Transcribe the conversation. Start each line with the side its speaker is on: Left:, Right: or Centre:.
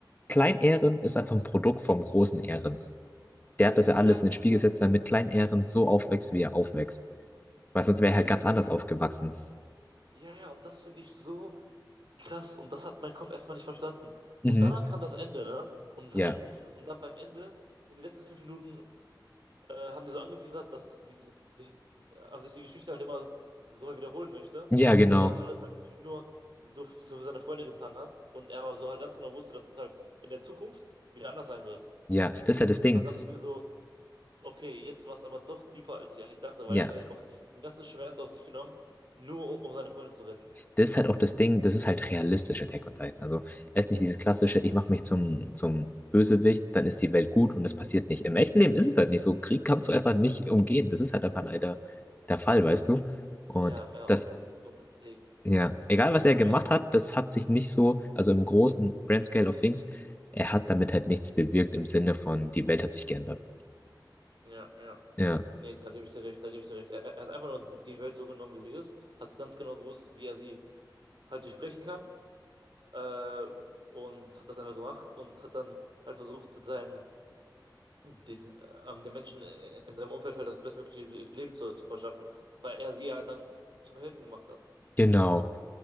Left: klein ist einfach ein Produkt vom großen Ehren. Der hat das ja
Right: Ja,
Left: alles in den Spiel
Right: ja,
Left: gesetzt, damit Klein-Ehren so aufwächst, wie er aufwächst. Weil
Right: und
Left: sonst wäre
Right: das
Left: er halt ganz
Right: finde
Left: anders
Right: ich
Left: aufgewachsen.
Right: so Ja, ja, und das finde ich so krass. Und das hat mein Kopf erstmal nicht verstanden.
Left: Mhm.
Right: Und danach kam das Ende, ne? Und
Left: Ja.
Right: dann, und dann beim Ende, in den letzten fünf Minuten, äh, haben die so angeteasert, dass die, die, die, äh, sich die Geschichte halt immer so wiederholen möchte.
Left: Ja, genau.
Right: Und er das alles halt wirklich nur so, so für seine Freunde getan hat. Und er aber so halt ganz genau wusste, dass es halt in der Zukunft wieder anders sein wird.
Left: Ja, das ist halt das Ding.
Right: Dann dachte ich mir so, okay, jetzt war es aber doch deeper, als ich eigentlich dachte, weil
Left: Ja,
Right: er hat dann einfach den ganzen Schmerz auf sich genommen, nur um, um seine Freunde zu retten.
Left: das ist halt auch das Ding, das ist halt realistisch, Attack on Titan. Also es ist nicht dieses klassische, ich mache mich zum, zum Bösewicht, dann ist die Welt gut und es passiert nicht. Im echten Leben ist es halt nicht so. Krieg kannst du einfach nicht umgehen. Das ist halt einfach leider der Fall, weißt du? Und
Right: Ja, ja,
Left: das
Right: und das, und deswegen,
Left: Ja,
Right: das
Left: egal
Right: wirst
Left: was er
Right: du
Left: gemacht
Right: mich.
Left: hat, das hat sich nicht so, also im großen Grand Scale of Things, er hat damit halt nichts bewirkt im Sinne von, die Welt hat sich geändert.
Right: Ja, ja.
Left: Ja,
Right: Nee, da gebe ich dir recht, da gebe ich dir recht. Er, er hat einfach nur die, die Welt so genommen, wie sie ist, hat ganz genau gewusst, wie er sie halt durchbrechen kann, äh, und hat das einfach gemacht und hat dann halt versucht, seinen, den, äh, ähm, den Menschen äh, in seinem Umfeld halt das bestmögliche Le- Leben zu, zu verschaffen, weil er sie ja dann zum Helden gemacht hat.
Left: genau.